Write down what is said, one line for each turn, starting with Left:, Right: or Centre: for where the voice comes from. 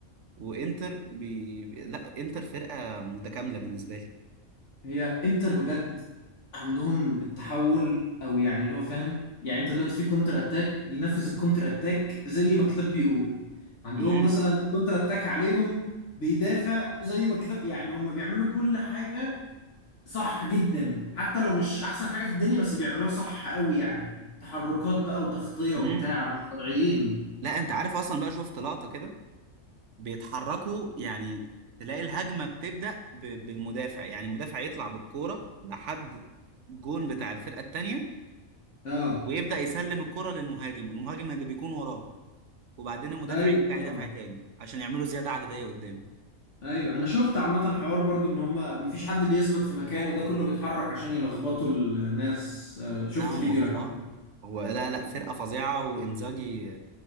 Right: وانتر بي... بي- لا انتر فرقه متكامله بالنسبه لي
Left: هي انتر بجد عندهم التحول او يعني اللي هو فاهم يعني انت دلوقتي في كونتر اتاك بينفذ الكونتر اتاك زي ما الكتاب بيقول عندهم
Right: امم
Left: مثلا كونتر اتاك عليهم بيدافع زي ما الكتاب يعني هم بيعملوا كل حاجة صح جدا حتى لو مش احسن حاجة في الدنيا بس بيعملوها صح قوي يعني تحركات بقى وتغطية وبتاع
Right: امم
Left: مش طبيعيين
Right: لا انت عارف اصلا بقى شفت لقطه كده بيتحركوا يعني تلاقي الهجمة بتبدأ ب- بالمدافع يعني المدافع يطلع بالكورة لحد الجون بتاع الفرقة التانية
Left: اه
Right: ويبدأ يسلم الكرة للمهاجم المهاجم اللي بيكون وراه وبعدين المدافع
Left: ايوه
Right: يرجع
Left: اه
Right: يدافع تاني عشان يعملوا زيادة عددية قدام
Left: ايوه انا شفت عامه حوار برضو ان هما مفيش حد بيثبت في مكانه ده كله بيتحرك عشان يلخبطوا الناس آه، شفت
Right: لا هم
Left: فيديو
Right: فظاع
Left: للحوار ده
Right: هو لا لا فرقة فظيعة وانزاجي